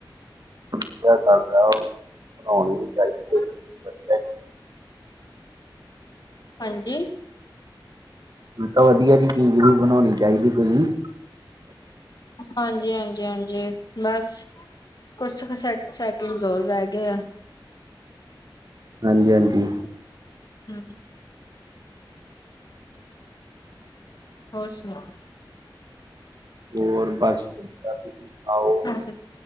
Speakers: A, on the right (about 55°); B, on the left (about 55°).
A: ਵਧੀਆ ਗਲ ਉਹ ਬਣਾਉਣੀ ਵੀ ਚਾਹੀਦੀ ਕੋਈ
B: ਹੋਰ
A: ਚੀਜ਼ ਵਧੀਆ ਜੀ।
B: ਹਾਂਜੀ
A: ਮੈ ਕਿਹਾ ਵਧੀਆ ਜਿਹੀ ਚੀਜ਼ ਵੀ ਬਣਾਉਣੀ ਚਾਹੀਦੀ ਕੋਈ
B: ਹਾਂਜੀ ਹਾਂਜੀ ਹਾਂਜੀ ਬਸ ਕੁਛ ਕ ਸੈਕਿੰਡ ਹੋਰ ਰਹਿ ਗਏ ਆ
A: ਹਾਂਜੀ ਹਾਂਜੀ
B: ਹਮ ਹੋਰ ਸੁਨਾਓ
A: ਹੋਰ ਬਸ ਠੀਕ ਆ ਤੁਸੀਂ ਸਨਾਓ
B: ਵੈਸੇ